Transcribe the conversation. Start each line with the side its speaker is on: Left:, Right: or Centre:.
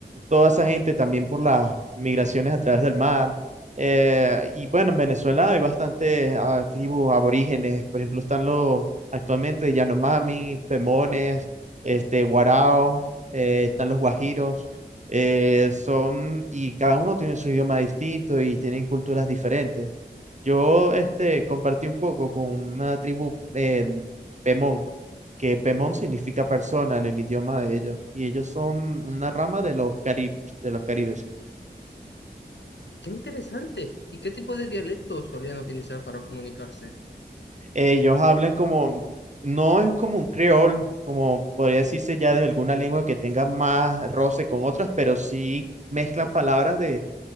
Right: toda esa gente también por las migraciones a través del mar. Eh, y bueno, en Venezuela hay bastantes ah, tribus aborígenes, por ejemplo, están los actualmente Yanomami, Pemones, este, Guarao, eh, están los Guajiros, eh, son, y cada uno tiene su idioma distinto y tienen culturas diferentes. Yo este, compartí un poco con una tribu eh, Pemón, que Pemón significa persona en el idioma de ellos, y ellos son una rama de los caribes, de los caribes.
Left: Qué interesante. ¿Y qué tipo de dialectos solían utilizar para comunicarse?
Right: Ellos hablan como, no es como un creol, como podría decirse ya de alguna lengua que tenga más roce con otras, pero sí mezclan palabras de,